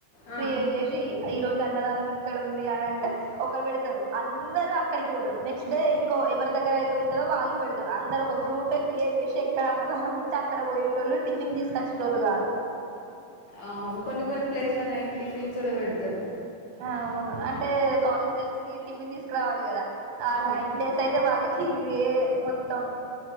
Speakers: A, on the left; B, on the right.
A: ఆ
B: క్రియేట్ చేసి ఈ రోజు అన్నదానం ఇక్కడ ఉంది అని అంటే ఒకరు వెడతారు అందరుూ అక్కడికి పోతారు నెక్స్ట్ డే కో ఎవరి దగ్గర అయితే ఉంటందో వాళ్ళు పెడతారు అందరు ఒక గ్రూపే క్రియేట్ చేసి ఎక్కడ అన్నదనంంటే అక్కడ పోయేటోళు టిఫిన్ తీసుకచ్చేటోళ్ళు కాదు
A: అవును కొన్ని కొన్ని ప్లేస్ల నైట్ టిఫిన్స్ కూడా పెడతారు
B: అవును అంటే కాలేజ్ గల్స్ కి టిఫిన్ తీసుకురావాలి కదా ఆ
A: అవును
B: నైన్ డేస్ అయితే వాళ్ళకి ఇవే మొత్తం